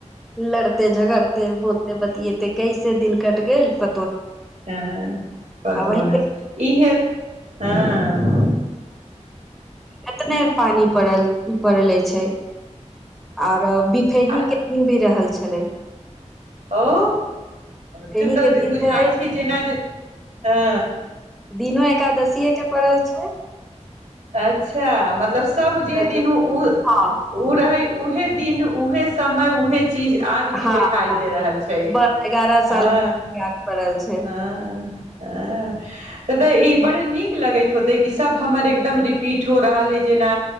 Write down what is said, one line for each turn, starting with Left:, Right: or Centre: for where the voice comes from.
Centre: लड़ते झगड़ते बोलते बतियाएते कैसे दिन कटि गेल प
Right: हँ <unintelligible>
Centre: वही देख
Right: इहे हँ
Centre: एतने पानी पड़ल पड़ले छैय आऔर बिफेही
Right: आ
Centre: के दिन भी रहल छलै
Right: ओ त
Centre: एहि
Right: तऽ
Centre: के दिन
Right: बुझाइ
Centre: छै
Right: छैय जेना जे आ
Centre: दिनो एकादशीए के पड़ल छैय
Right: अच्छा मतलब सब जे दिन
Centre: दू
Right: उ उ
Centre: हँ
Right: ओ रहै उहेिन दिन उहे समय उहे चीज आज भी
Centre: हँ
Right: देखाई
Centre: हँ
Right: रहल छैय
Centre: बस एगारह साल
Right: अ-अ-अ
Centre: याद पड़ल छै
Right: तऽ ई बड़ नीक लगैत होतै कि सब हमर एकदम रिपीट हो रहल हय जेना